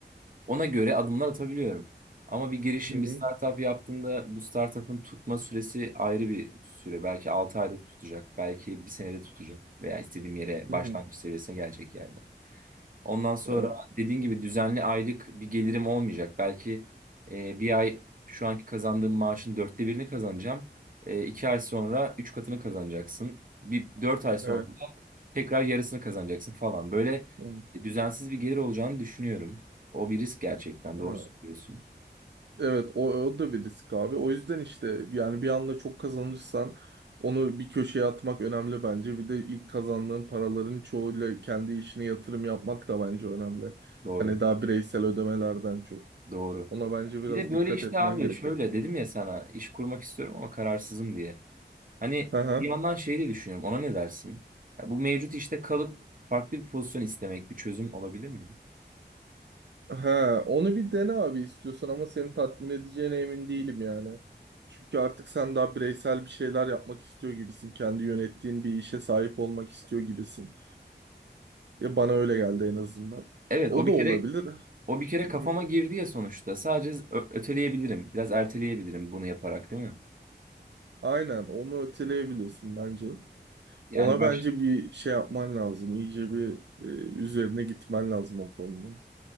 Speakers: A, on the right; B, on the right.
A: ona göre adımlar atabiliyorum. Ama bir girişim
B: Hı hı.
A: bir startup yaptığında bu startup'ın tutma süresi ayrı bir süre. Belki 6 ayda tutacak, belki bir senede tutacak veya istediğim yere
B: Hı
A: başlangıç
B: hı.
A: seviyesine gelecek yani. Ondan sonra
B: Evet.
A: dediğin gibi düzenli aylık bir gelirim olmayacak. Belki e, bir ay şu anki kazandığım maaşın dörtte birini kazanacağım. E, iki ay sonra üç katını kazanacaksın. Bir dört ay sonra
B: Evet.
A: da tekrar yarısını kazanacaksın falan. Böyle
B: Hı.
A: e, düzensiz bir gelir olacağını düşünüyorum. O bir risk gerçekten. Doğru
B: Ha.
A: söylüyorsun.
B: Evet o, o da bir risk abi. O yüzden işte yani bir anda çok kazanırsan onu bir köşeye atmak önemli bence. Bir de ilk kazandığın paraların çoğuyla kendi işine yatırım yapmak da bence önemli.
A: Doğru.
B: Hani daha bireysel ödemelerden çok.
A: Doğru.
B: Ona bence biraz
A: Bir de böyle
B: dikkat
A: işte
B: etmen
A: abi
B: gerekiyor.
A: şöyle dedim ya sana iş kurmak istiyorum ama kararsızım diye. Hani
B: Hı hı.
A: bir yandan şey de düşünüyorum. Ona ne dersin? Ya bu mevcut işte kalıp farklı bir pozisyon istemek bir çözüm olabilir mi?
B: Ha, onu bir dene abi istiyorsan ama seni tatmin edeceğine emin değilim yani. Çünkü artık sen daha bireysel bir şeyler yapmak istiyor gibisin. Kendi yönettiğin bir işe sahip olmak istiyor gibisin. Ya bana öyle geldi en azından.
A: Evet,
B: O
A: o bir
B: da olabilir.
A: kere o bir
B: Hı-hı.
A: kere kafama girdi ya sonuçta. Sadece ö- öteleyebilirim. Biraz erteleyebilirim bunu yaparak, değil mi?
B: Aynen onu öteleyebilirsin bence.
A: Yani
B: Ona
A: baş
B: bence bir şey yapman lazım. İyice bir e, üzerine gitmen lazım o konunun.